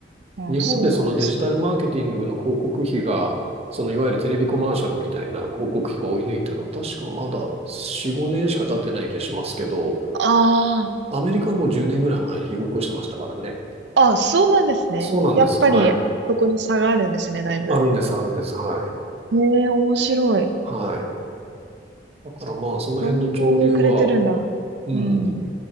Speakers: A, on the right; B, on the right.
A: うん。
B: い。日本でそのデジタルマーケティングの広告費が、
A: あ、そうなんですね。
B: そのいわゆるテレビコマーシャルみたいな広告費が追い抜いたのは確かまだ4、5年しか経ってない気がしますけど、
A: あ
B: アメリカはもう10年ぐらい前に追い越してましたからね。
A: あ。あ、そうなんですね。
B: そうなんです。
A: やっぱり、
B: はい。
A: そこに差があるんですね、だいぶ。
B: あるんです、あるんです。はい。
A: へえ、面白い。
B: はい。だからまあ、その辺の潮流は、
A: そんなに遅れてるんだ。
B: うん。
A: うん。